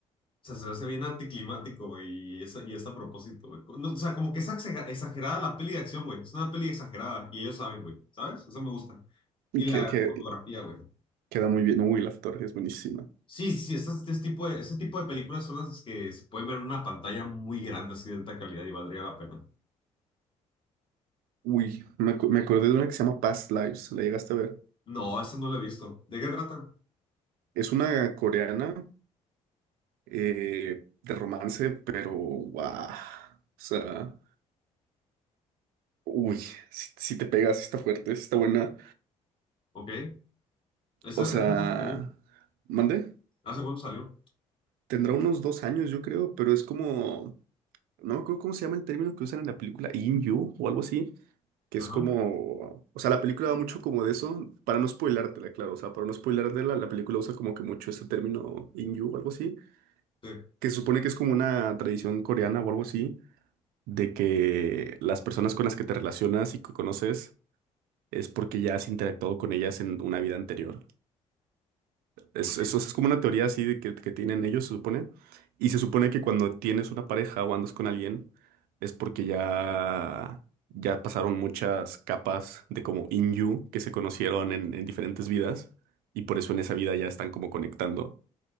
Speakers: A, on the left; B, on the right.
A: O sea, se me hace bien anticlimático, güey, y es, y es a propósito, güey. No, o sea, como que es exager- exagerada la peli de acción, güey. Es una peli exagerada y ellos saben, güey, ¿sabes? Eso me gusta.
B: Y
A: Y la
B: que, que
A: fotografía, güey.
B: queda muy bien. Uy, la fotografía es buenísima.
A: Sí, sí, sí, estas- este tipo de, ese tipo de películas son las que se pueden ver en una pantalla muy grande, así de alta calidad y valdría la pena.
B: Uy, me, acu- me acordé de una que se llama Past Lives. ¿La llegaste a ver?
A: No, esa no la he visto. ¿De qué tratan?
B: Es una coreana eh, de romance, pero guau. O sea, uy, si, si te pegas, está fuerte, sí está buena.
A: Ok. ¿Esa,
B: O sea,
A: hace cuánto salió?
B: ¿mandé?
A: ¿Hace cuánto salió?
B: Tendrá unos dos años, yo creo, pero es como... No me acuerdo cómo se llama el término que usan en la película, In You o algo así que
A: Ajá.
B: es como, o sea, la película da mucho como de eso, para no spoilártela, claro, o sea, para no spoilártela, la película usa como que mucho este término Inyu o algo así,
A: Sí.
B: que se supone que es como una tradición coreana o algo así, de que las personas con las que te relacionas y que conoces es porque ya has interactuado con ellas en una vida anterior. Es,
A: Ok.
B: es, o sea, es como una teoría así de que, que tienen ellos, se supone. Y se supone que cuando tienes una pareja o andas con alguien, es porque ya, ya pasaron muchas capas de como in you que se conocieron en, en diferentes vidas. Y por eso en esa vida ya están como conectando.